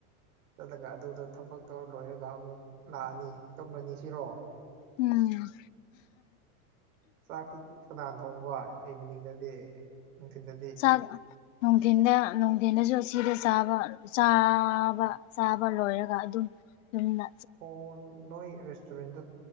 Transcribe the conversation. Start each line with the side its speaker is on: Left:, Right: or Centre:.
Right: ꯆꯠꯂꯒ ꯑꯗꯨꯗꯣ ꯊꯕꯛꯇꯧ ꯂꯣꯏꯔꯒ ꯑꯃꯨꯛ ꯂꯥꯛꯑꯅꯤ ꯇꯧꯅꯅꯤ ꯁꯤꯔꯣ
Left: ꯎꯝ
Right: ꯆꯥꯛꯇꯤ ꯀꯅꯥꯅ ꯊꯣꯡꯕ ꯏꯚꯤꯅꯤꯡꯗꯗꯤ ꯎ ꯇꯤꯟꯗꯤ
Left: ꯆꯥꯛ ꯅꯨꯡꯊꯤꯟꯗ ꯅꯨꯡꯊꯤꯟꯗꯁꯨ ꯑꯁꯤꯗ ꯆꯥꯕ ꯆꯥꯕ ꯆꯥꯕ ꯂꯣꯏꯔꯒ ꯑꯗꯨꯝ ꯌꯅ
Right: ꯑꯣ ꯅꯣꯏ ꯔꯦꯁꯇꯨꯔꯦꯟꯗ